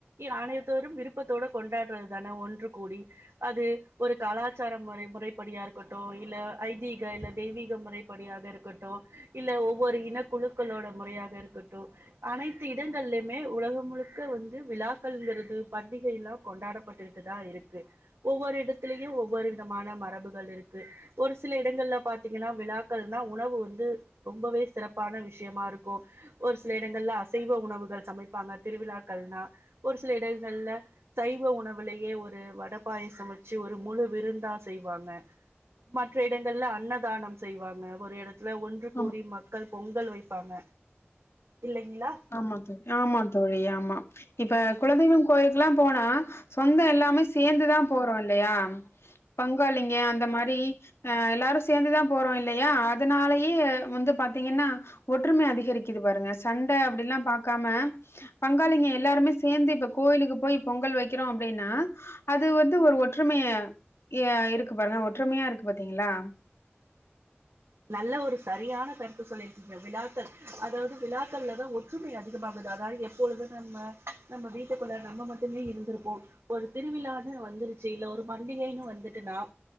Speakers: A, on the right (about 80°); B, on the left (about 80°).
A: ஆனையத்தோரும் விருப்பத்தோட கொண்டாடுறது தான ஒன்று கூடி அது ஒரு கலாச்சார முறை முறைப்படியா இருக்கட்டு இல்ல ஐதீக இல்ல தெய்வீக முறை படியாக இருக்கட்டு இல்ல ஒவ்வொரு இனக்குழுக்களோட முறையாக இருக்கட்டு அனைத்து இடங்கள்யுமே உலகம் முழுக்க வந்து விழாக்கள்ங்குறது பண்டிகை எல்லா கொண்டாடப்பட்டுட்டுதா இருக்கு ஒவ்வொரு இடத்துலயு ஒவ்வொரு விதமான மரபுகள் இருக்கு ஒரு சில இடங்கள்ல பாத்தீங்கன்னா விழாக்கள்னா உணவு வந்து ரொம்பவே சிறப்பான விஷ்யமா இருக்கு ஒரு சில ங்கள்ல அசைவ உணவுகள் சமைப்பாங்க திருவிழாக்கள்னா ஒரு சில இடங்கள்ல சைவ உணவுலயே ஒரு வட பாயசே வச்சு ஒரு முழு விருந்தா செய்வாங்க மற்ற இடங்கள்ல அன்னதானம் செய்வாங்க ஒரு எடத்துல ஒன்று கோடி
B: ஆமா
A: மக்கள் பொங்கல் வைப்பாங்க இல்லைங்களா
B: ஆமா தோழி ஆமா தோழி ஆமா இப்ப குலதெய்வம் கோயுளுக்குல்லாம் போனா சொந்தோ எல்லாமே சேந்துதா போறோ இல்லையா பங்காளிங்க அந்த மாரி அ எல்லாரு சேந்துதா போறோ இல்லையா அதனாலேயே வந்து பாத்தீங்கன்னா ஒற்றும அதிகரிக்குது பாருங்க சண்ட அப்டிலா பாக்காம பங்காளிங்க எல்லாருமே சேந்தே இப்ப கோயிலுக்கு போய் பொங்கல் வைக்குறோ அப்டின்னா அது வந்து ஒரு ஒற்றுமைய ய இருக்கு பாருங்க ஒற்றுமையா இருக்கு பாத்தீங்களா
A: நல்ல ஒரு சரியான கருத்து சொல்லிருக்கீங்க விழாக்கள அதாது விழாக்கள்ல தா ஒ ற்றுமை அதிகமாகுது அதாவது எப்பொழுது நம்ம நம்ம வீட்டுக்குள்ள நம்ம மட்டுமே இருந்துருப்போ ஒரு திருவிழான்னு வந்துருச்சு இல்ல ஒரு பண்டிகைன்னு வந்துட்டுன்னா